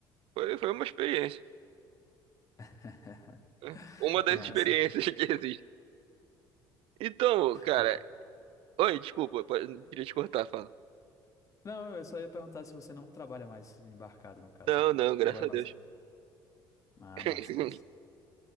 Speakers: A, on the right; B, on the left.
A: foi, foi uma experiência.
B: <laughs>
A: né? Uma das
B: Massa.
A: experiências <laughs> que existe. Então, cara.
B: Mas...
A: Oi, desculpa, pode- queria te cortar, fala.
B: Não, eu só ia perguntar se você não trabalha mais embarcado, no caso.
A: Não,
B: não
A: não, graças
B: Trabalha
A: a
B: mais.
A: Deus.
B: Ah,
A: <laughs>
B: massa, massa.